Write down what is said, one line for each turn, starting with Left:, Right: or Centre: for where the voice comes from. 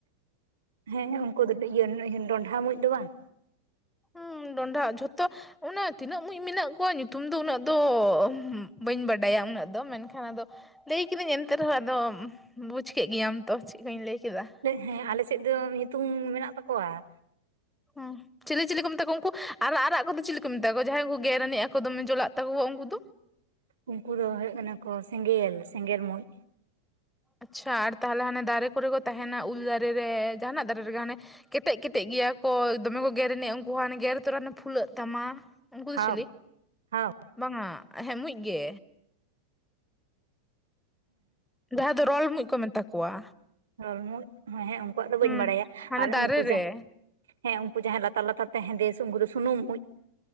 Right: ᱦᱮᱸ ᱩᱱᱠᱩ ᱫᱚ ᱤᱭᱟᱹ ᱰᱚᱸᱰᱷᱟ ᱢᱩᱸᱡ ᱫᱚ ᱵᱟᱝ᱾
Centre: ᱦᱩᱸᱻ ᱰᱚᱸᱰᱷᱟ ᱡᱷᱚᱛᱚ ᱚᱱᱟ ᱛᱤᱱᱟᱹᱜ ᱢᱩᱸᱡᱽ ᱢᱮᱱᱟᱜ ᱠᱚᱣᱟ ᱧᱩᱛᱩᱢ ᱫᱚ ᱩᱱᱟᱹᱜ ᱫᱚ ᱵᱟᱹᱧ ᱵᱟᱰᱟᱭᱟ ᱩᱱᱟᱹᱜ ᱫᱚ ᱢᱮᱱᱠᱷᱟᱱ ᱟᱫᱚ᱾ ᱞᱟᱹᱭ ᱠᱤᱫᱟᱹᱧ ᱮᱱᱛᱮ ᱨᱮᱦᱚᱸ ᱟᱫᱚ ᱵᱩᱡᱽ ᱠᱮᱫ ᱜᱮᱭᱟᱢ ᱛᱚ ᱪᱮᱫ ᱠᱟᱧ ᱞᱟᱹᱭ ᱠᱮᱫᱟ᱾
Right: ᱦᱮᱸ ᱟᱞᱮᱥᱮᱫ ᱫᱚ ᱧᱩᱛᱩᱢ ᱢᱮᱱᱟᱜ ᱛᱟᱠᱚᱣᱟ᱾ <inaudible>
Centre: ᱦᱩᱸ ᱪᱤᱞᱤ ᱪᱤᱞᱤ ᱠᱚ ᱢᱮᱛᱟ ᱠᱚᱣᱟ ᱩᱱᱠᱩ ᱟᱨᱟᱜ ᱟᱨᱟᱜ ᱠᱚᱫᱚ ᱪᱮᱞᱮ ᱠᱚ ᱢᱮᱛᱟ ᱠᱚᱣᱟ ᱡᱟᱦᱟᱸᱭ ᱠᱚ ᱜᱮᱨ ᱮᱱᱤᱡ ᱟᱠᱚ ᱫᱚᱢᱮ ᱡᱚᱞᱟᱜ ᱛᱟᱠᱚᱣᱟ ᱩᱱᱠᱩ ᱫᱚ᱾
Right: ᱩᱱᱠᱩ ᱫᱚ ᱦᱩᱭᱩᱜ ᱠᱟᱱᱟ ᱠᱚ ᱥᱮᱸᱜᱮᱞ ᱥᱮᱸᱜᱮᱞ ᱢᱩᱸᱡᱽ
Centre: ᱟᱪᱪᱷᱟ ᱟᱨ ᱛᱟᱦᱚᱞᱮ ᱦᱟᱱᱮ ᱫᱟᱨᱮ ᱠᱚᱨᱮ ᱠᱚ ᱛᱟᱦᱮᱱᱟ ᱩᱞ ᱫᱟᱨᱮ ᱨᱮ ᱡᱟᱦᱟᱱᱟᱜ ᱫᱟᱨᱮ ᱨᱮᱜᱮ ᱦᱟᱱᱮ ᱠᱮᱴᱮᱡ ᱠᱮᱴᱮᱡ ᱜᱮᱭᱟ ᱠᱚ ᱫᱚᱢᱮ ᱠᱚ ᱜᱮᱨ ᱟᱱᱤᱡ ᱩᱱᱠᱩ ᱦᱚᱸ ᱦᱟᱱᱮ ᱜᱮᱨ ᱛᱚᱨᱟ ᱯᱷᱩᱞᱟᱹᱜ ᱛᱟᱢᱟ᱾ ᱩᱱᱠᱩ ᱫᱚ
Right: ᱦᱟᱣ
Centre: ᱪᱤᱞᱤ
Right: ᱦᱟᱣ
Centre: ᱵᱟᱝ ᱟ ᱦᱮᱸ ᱢᱩᱸᱡᱽ ᱜᱮ ᱡᱟᱦᱟᱸ ᱫᱚ ᱨᱚᱞ ᱢᱩᱸᱡ ᱠᱚ ᱢᱮᱛᱟ ᱠᱚᱣᱟ
Right: ᱨᱚᱞ ᱢᱩᱸᱡᱽ ᱦᱮᱸ ᱦᱮᱸ ᱩᱱᱠᱩᱣᱟᱜ ᱫᱚ ᱵᱟᱹᱧ
Centre: ᱦᱩᱸ
Right: ᱵᱟᱲᱟᱭᱟ
Centre: ᱦᱟᱱᱮ
Right: ᱟᱨ
Centre: ᱫᱟᱨᱮ
Right: ᱩᱱᱠᱩ ᱡᱟᱼᱼ
Centre: ᱨᱮ
Right: ᱦᱮᱸ ᱩᱱᱠᱩ ᱡᱟᱦᱟᱭ ᱞᱟᱛᱟᱨ ᱞᱟᱛᱟᱨ ᱛᱮ ᱦᱮᱸᱫᱮ ᱥᱮ ᱩᱱᱠᱩ ᱫᱚ ᱥᱩᱱᱩᱢ ᱢᱩᱸᱡᱽ